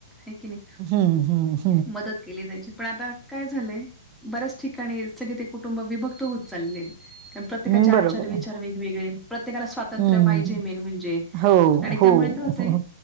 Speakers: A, in the centre; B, on the right (about 30°).
A: हे की नी.
B: हम्म हम्म
A: मदत केली जायची पण आता काय झालंय? बऱ्याच ठिकाणी सगळे ते कुटुंब विभक्त होत चाललेत प्रत्येकाचे
B: हम्म बरोबर
A: आचार विचार
B: आहे
A: वेगवेगळे प्रत्येकाला स्वातंत्र्य
B: हम्म
A: पाहिजे मेन म्हणजे
B: हो
A: आणि
B: हो
A: त्यामुळे काय होतय
B: हो